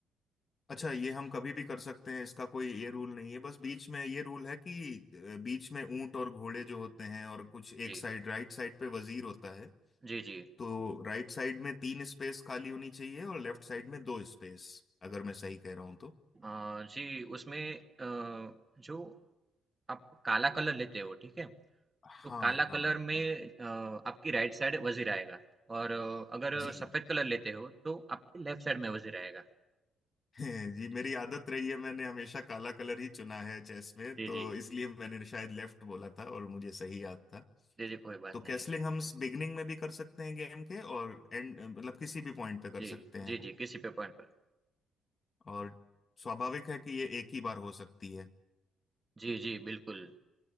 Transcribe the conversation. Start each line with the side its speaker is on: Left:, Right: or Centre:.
Left: अच्छा ये हम कभी भी कर सकते हैं इसका कोई ये रूल नहीं है बस बीच में ये रूल है कि अ, बीच में ऊंट और घोड़े जो होते हैं और कुछ एक
Right: जी।
Left: साइड राइट साइड पे वजीर होता है
Right: जी, जी।
Left: तो राइट साइड में तीन स्पेस खाली होनी चाहिए और लेफ्ट साइड में दो स्पेस अगर मैं सही कह रहा हूं तो
Right: अ, जी, उसमें अ, जो आप काला कलर लेते हो, ठीक है?
Left: हाँ
Right: तो काला
Left: हाँ
Right: कलर में
Left: हाँ
Right: अ, आपकी राइट साइड वज़ीर आएगा और अ, अगर
Left: जी
Right: सफ़ेद कलर लेते हो, तो आपकी लेफ्ट साइड में वज़ीर आएगा।
Left: <laughs> जी मेरी आदत रही है मैंने हमेशा काला कलर ही चुना है चेस में
Right: जी,
Left: तो
Right: जी।
Left: इसलिए मैंने शायद लेफ्ट बोला था और मुझे सही याद था
Right: जी, जी, कोई बात
Left: तो
Right: नहीं।
Left: कैसलिंग हम बिगनिंग में भी कर सकते हैं गेम के और एंड मतलब किसी भी पॉइंट पे
Right: जी,
Left: कर सकते हैं
Right: जी, जी, किसी पे पॉइंट पर
Left: और स्वाभाविक है कि ये एक ही बार हो सकती है
Right: जी, जी, बिल्कुल।